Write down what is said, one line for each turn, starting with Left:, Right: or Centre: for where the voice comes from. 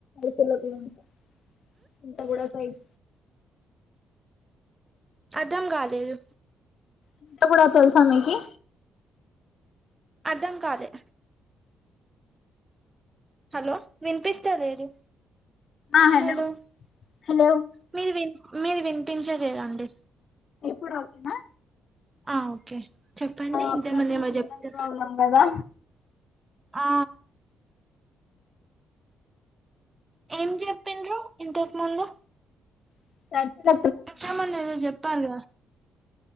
Left: <unintelligible> ఉంట గుడా సైడ్
Right: అర్థం కాలేదు
Left: కుంట గుడా తెలుసా మీకి
Right: అర్ధం కాలే హలో వినిపిస్తాలేదు
Left: ఆ హలో
Right: హలొ
Left: హలో
Right: మీది విన్ మీది వినిపించలేదండి
Left: ఇప్పుడు ఓకెనా
Right: ఆ ఓకే చెప్పండి
Left: అప్పుడప్పుడు
Right: ఇంతకుముందు ఏమో
Left: సిగ్నల్
Right: చెప్త్
Left: ప్రాబ్లం కదా
Right: ఆ ఏం చెప్పిండ్రు ఇంతకు ముందు
Left: <unintelligible> అంటున్న
Right: ఇంతకుముందు ఏదో చెప్పారు కదా